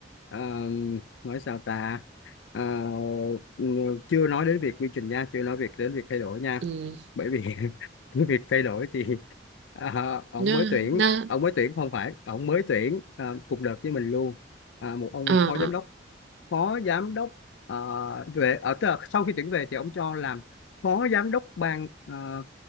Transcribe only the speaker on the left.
ờ, nói sao ta Ờ, ng- chưa nói đến việc quy trình nha chưa nói việc đến việc thay đổi nha
bởi vì <laughs> cái việc thay đổi thì ờ, ông
mới tuyển
ông mới tuyển không phải ông mới tuyển ờ, cùng đợt với mình luôn Ờ, một ông
phó giám đốc phó giám đốc ờ, về ở tức là sau khi tuyển về thì ông cho làm phó giám đốc ban ờ,